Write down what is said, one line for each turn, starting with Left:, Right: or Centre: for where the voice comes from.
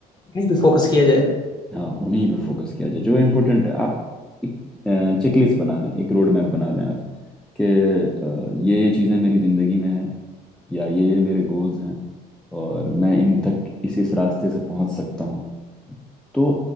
Left: इन्हीं पे फोकस
Centre: और
Left: किया जाए
Centre: हाँ उन्हीं पे फोकस किया जाए जो इम्पोर्टेंट है आप एक चेकलिस्ट बना लें एक रोड मैप बना लें आप कि अ, ये ये चीज़ें मेरी ज़िंदगी में हैं या ये ये मेरे गोल्स हैं और मैं इन तक इसी इस रास्ते से पहुंच सकता हूँ तो